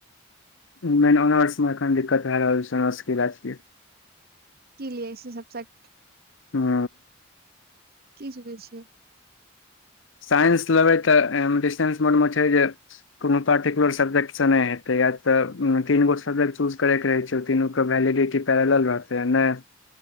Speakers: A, on the left; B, on the right.
A: नहि र्नाह ऑनर्स मे एखन दिक्कत भए रहल छै ऑनर्सके बाती
B: कि लए से सब सट
A: हू
B: की <unintelligible> छियै
A: साइंस लेबै तऽ एमे डिस्टेंस मोडमे छै जे कोनो पर्टिक्यलर सब्जेक्ट सऽ नहि हेते या तऽ तीनगो सब्जेक्ट चूज करे के रहे छै तीन वैलिडिटी पैरल रहतै नहि